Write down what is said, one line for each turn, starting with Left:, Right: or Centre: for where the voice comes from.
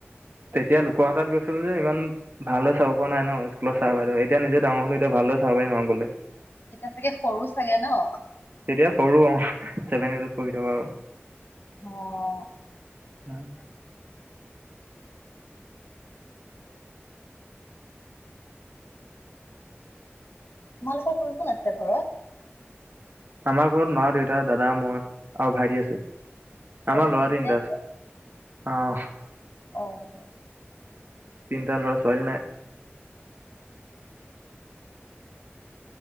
Right: তেতিয়া লোকৰ হাতত গৈছিলো যে ইমান ভাল দৰে চাব পৰা নাই ন স্কুলৰ চাৰ বদেউ এতিয়া নিজে ডাঙৰ হলোঁ এতিয়া ভালদৰে চাব পাৰিম আৰু গলে।
Left: এতিয়া চাগে সৰু চাগে ন।
Right: তেতিয়া সৰু চেভেন এইটত পঢ়ি থকা।
Left: অ'।
Right: <unintelligible>
Left: তোমালোকৰ কোন কোন আছে ঘৰত?
Right: আমাৰ ঘৰত মা, দেউতা, দাদা, মই আৰু, ভাইটি আছে। আমাৰ
Left: অ
Right: ল'ৰা
Left: তিনটাই
Right: তিনিটা আছে, অহ।
Left: অহ,।
Right: তিনটা ল'ৰা-ছোৱালী নাই।